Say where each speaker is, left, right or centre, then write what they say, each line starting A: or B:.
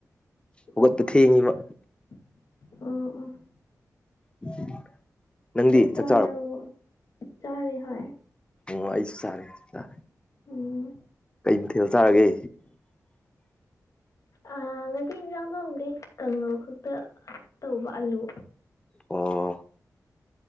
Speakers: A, on the left (about 15°); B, on the left (about 60°).
A: ꯍꯧꯒꯠꯄ
B: ꯑꯣ
A: ꯊꯦꯡꯉꯤꯕ
B: ꯑꯣ ꯑꯣ
A: <unintelligible> ꯅꯪꯗꯤ
B: ꯆꯛ ꯆꯥꯔꯕꯣ
A: ꯆꯥꯛ
B: ꯆꯥꯔꯤ ꯍꯣꯏ
A: ꯑꯣ ꯑꯩꯁꯨ ꯆꯥꯔꯦ ꯑ
B: ꯎꯝ
A: ꯀꯩ ꯃꯊꯦꯜ ꯆꯥꯔꯒꯦ
B: ꯑ ꯉꯁꯤ ꯏꯟꯖꯥꯡ ꯊꯣꯡꯗꯦ ꯀꯥꯡꯉꯧ ꯈꯛꯇ ꯇꯧꯕ ꯑꯂꯨ
A: ꯑꯣ